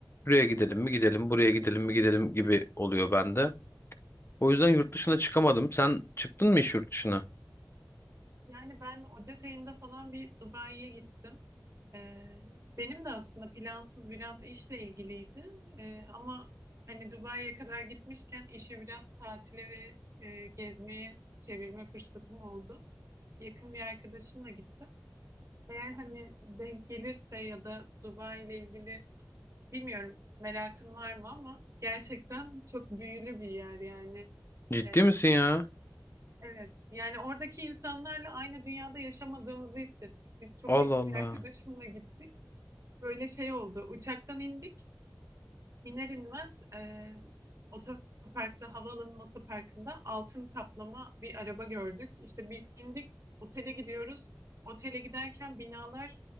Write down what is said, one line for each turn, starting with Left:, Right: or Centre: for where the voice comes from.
Left: buraya gidelim mi gidelim, buraya gidelim mi gidelim gibi oluyor bende. O yüzden yurt dışına çıkamadım. Sen çıktın mı hiç yurt dışına?
Right: Yani ben Ocak ayında falan bir Dubai'ye gittim. Ee, benim de aslında plansız biraz işle ilgiliydi. Ee, ama hani Dubai'ye kadar gitmişken işi biraz tatile ve e, gezmeye çevirme fırsatım oldu. Yakın bir arkadaşımla gittim. Eğer hani denk gelirse ya da Dubai ile ilgili bilmiyorum merakın var mı ama gerçekten çok büyülü bir yer yani.
Left: Ciddi
Right: Ee,
Left: misin ya?
Right: Evet. Yani oradaki insanlarla aynı dünyada yaşamadığımızı hissettik. Biz çok
Left: Allah
Right: yakın
Left: Allah.
Right: bir arkadaşımla gittik. Böyle şey oldu. Uçaktan indik. İner inmez e, otoparkta, havaalanının otoparkında altın kaplama bir araba gördük. İşte bir indik, otele gidiyoruz. Otele giderken binalar